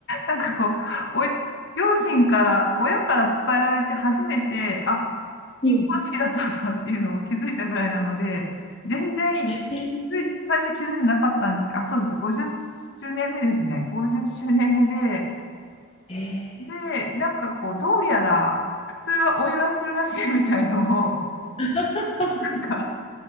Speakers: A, on the left; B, on the left.
A: なんかこう、おい、両親から、親から伝えられて初めて、あ、金婚式だったんだっていうのを気づいたぐらいなので、
B: うん。
A: 全然、
B: えー、
A: つい最初気づいてなかったんですけど、あ、そうです。50周年目ですね。50周年目で、
B: え
A: で、なんかこう、どうやら、普通はお祝いするらしいみたいのを、
B: ー。
A: なんか、
B: <laughs>